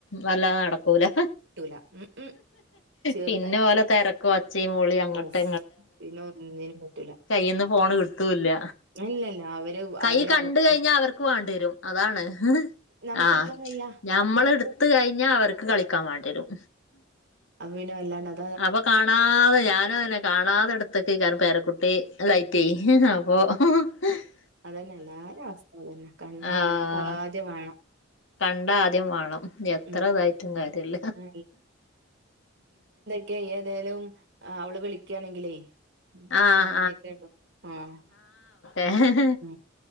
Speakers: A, on the left; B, on the right.
A: നല്ലാതെ നടക്കൂല
B: ല ഉ ചെറുത
A: പിന്നെ ഓലെ തെരക്കും ഒച്ചയും വിളിയും അങ്ങട്ട്
B: ഓഫ പിന്നെ നിന് പറ്റൂല <unintelligible>
A: കൈയിന്ന് പോണ് കിടുത്തൂല്ല
B: ഇല്ലല്ല അവര്
A: കൈ
B: അവര്
A: കണ്ട
B: അവരുടെ
A: കഴിഞ്ഞാ അവർക്ക് വേണ്ടി വരും അതാണ്
B: നമുക്ക്
A: ആഹ്
B: എടുക്കാൻ വയ്യ.
A: ഞമ്മൾ
B: നമ്മള്
A: എടുത്ത കഴിഞ്ഞാ അവർക്ക് കളിക്കാൻ വേണ്ടിരും
B: അനല്ലാ <unintelligible>
A: അപ്പൊ കാണാതെ ഞാനും അന്നെ കാണാതെ എടുത്തൊക്ക കാരണം പേരക്കുട്ടി റ്റ അപ്പോൾ <unintelligible>
B: അതന്നെ എല്ലാരും അവസ്ഥ അതന്നെ കണ്ടാ
A: ആഹ്
B: അവർക്കദ്യ വേണം
A: കണ്ട ആദ്യം വേണം എത്ര
B: ഉം.
A: ഇതായിട്ടും കാര്യല്ല
B: ആ ക്ക ഏതായലും അവള് വിളിക്കുകയാണെങ്കിലേ
A: ആഹ്
B: പറഞ്ഞിക്കണ്ടോ ആഹ
A: ഏഹ്
B: ഉ